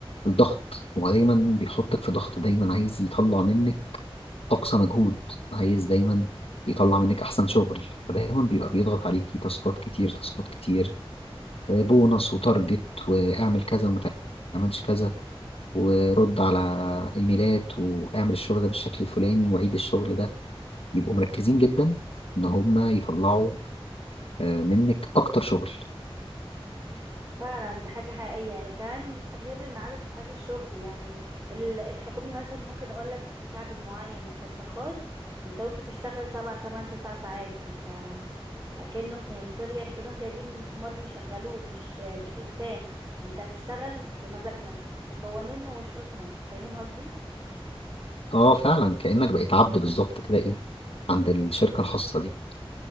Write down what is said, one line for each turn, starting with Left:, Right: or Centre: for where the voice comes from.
Left: الضغط هو دايما بيحطك في ضغط دايما عايز يطلع منك أقصى مجهود عايز دايما يطلع منك أحسن شغل فدايما بيبقى بيضغط عليكي تاسكات كتير تاسكات كتير آه، بونص وتارجت واعمل كذا وما تعملش كذا ورد على إيميلات واعمل الشغل ده بالشكل الفلاني وعيد الشغل ده بيبقوا مركزين جدا إن هما يطلعوا آه، منك أكتر شغل
Right: فعلا دي حاجة حقيقية كمان غير ان عدد ساعات الشغل يعني ال- الحكومي مثلا ممكن اقول لك ليك عدد معين لكن في الخاص انت ممكن تشتغل سبع تمن تسع ساعات انت كأنه يعني سوري يعني كأنهم جايبين حمار بيشغلوه مش مش انسان انت هتشتغل بمزاجنا بقوانيننا وشروطنا فاهم قصدي
Left: اه فعلا كأنك بقيت عبد بالظبط كده ايه عند الشركة الخاصة دي